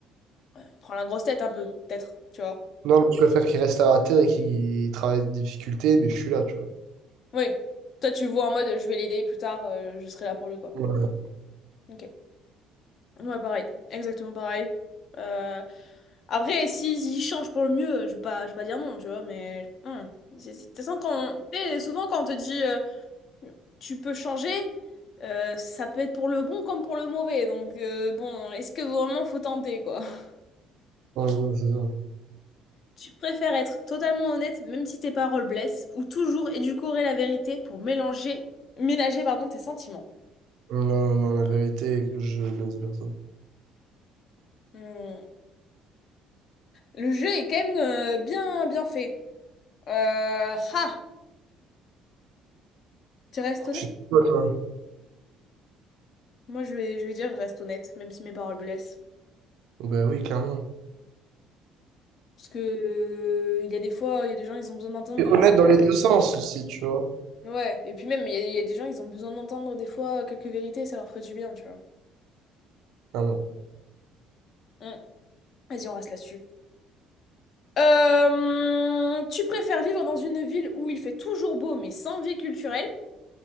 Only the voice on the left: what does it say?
il prend la grosse tête un peu, peut-être, tu vois.
Oui. Toi, tu vois en mode je vais l'aider plus tard, euh, je serai là pour lui, quoi.
Ok. Ouais, pareil. Exactement pareil. Euh, Après, si, s'ils changent pour le mieux, euh, je vais pas, je vais pas dire non, tu vois, mais... hum. C'est- c'est- De toute façon, quand, tu sais, souvent, quand on te dit euh, tu peux changer, euh, ça peut être pour le bon comme pour le mauvais. Donc, euh, bon, est-ce que vraiment faut tenter, quoi? <laughs>
Tu préfères être totalement honnête, même si tes paroles blessent, ou toujours édulcorer la vérité pour mélanger, ménager, pardon, tes sentiments.
Hmm. Le jeu est quand même euh, bien, bien fait. Euh, ah, tu restes
Moi, je vais, je vais dire, je reste honnête, même si mes paroles blessent.
Parce que euh, il y a des fois, il y a des gens, ils ont besoin d'entendre.
Ouais, et puis même, il y a, il y a des gens, ils ont besoin d'entendre des fois quelques vérités, ça leur ferait du bien, tu vois.
Mm. Vas-y, on reste là-dessus. Euh, tu préfères vivre dans une ville où il fait toujours beau, mais sans vie culturelle,